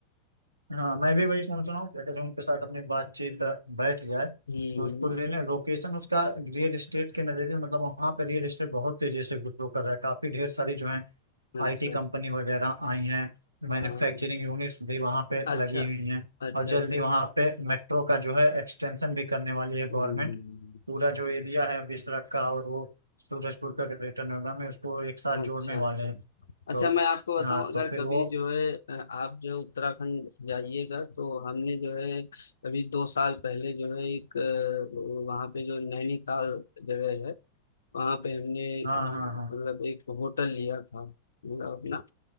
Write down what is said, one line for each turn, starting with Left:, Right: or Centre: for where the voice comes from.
Right: हाँ मैं भी वही सोच रहा हूँ कि अगर उनके साथ अपनी बातचीत बैठ जाए
Left: हम्म
Right: तो उसको ले लें लोकेशन उसका रियल एस्टेट के नज़रिए मतलब वहाँ पे रियल एस्टेट बहुत तेजी से ग्रो कर रहा है काफ़ी ढेर सारी जो है
Left: अच्छा
Right: आईटी कंपनी
Left: अच्छा
Right: वगैरह आई हैं मैन्युफैक्चरिंग
Left: हाँ
Right: यूनिट्स भी वहाँ पे
Left: अच्छा
Right: लगी हुई हैं
Left: अच्छा
Right: और जल्दी
Left: अच्छा
Right: वहाँ पे मेट्रो का जो है एक्सटेंशन भी करने वाली है गवर्नमेंट
Left: हम्म
Right: पूरा जो एरिया है बिसरख का और वो सूरजपुर का ग्रेटर नोएडा में उसको एक साथ
Left: अच्छा
Right: जोड़ने वाले
Left: अच्छा
Right: हैं
Left: अच्छा
Right: तो
Left: मैं आपको बताऊं
Right: हाँ
Left: अगर
Right: तो फिर
Left: कभी
Right: वो
Left: जो है अ, आप जो उत्तराखंड जाइएगा तो हमने जो है अभी दो साल पहले जो है एक अ, वहाँ पे जो नैनीताल जगह है वहाँ पे हमने अ,
Right: हाँ
Left: मतलब
Right: हाँ हाँ
Left: एक होटल लिया था मतलब अपना